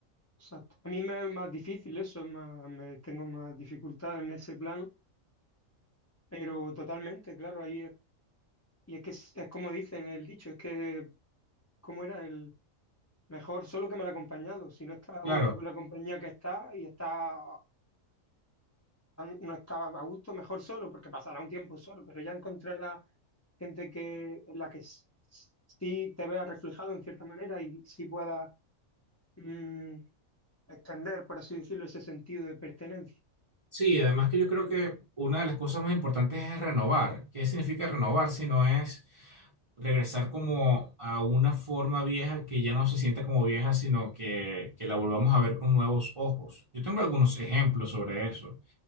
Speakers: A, on the left (about 25°); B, on the right (about 35°).
A: exacto. A mí me es más difícil eso, es más, me tengo más dificultad en ese plano, pero totalmente, claro, ahí es, y es que es, es como dicen el dicho, es que, ¿cómo era? Mejor solo que mal acompañado. Si no estás a
B: Claro.
A: gusto con la compañía que estás y está, no estabas a gusto, mejor solo, porque pasará un tiempo solo, pero ya encontrarás gente que, en la que s- s- sí te veas reflejado en cierta manera y sí puedas mm, extender, por así decirlo, ese sentido de pertenencia.
B: Sí, además que yo creo
A: Y-
B: que una de las cosas más importantes es renovar. ¿Qué significa renovar si no es regresar como a una forma vieja que ya no se sienta como vieja, sino que, que la volvamos a ver con nuevos ojos? Yo tengo algunos ejemplos sobre eso.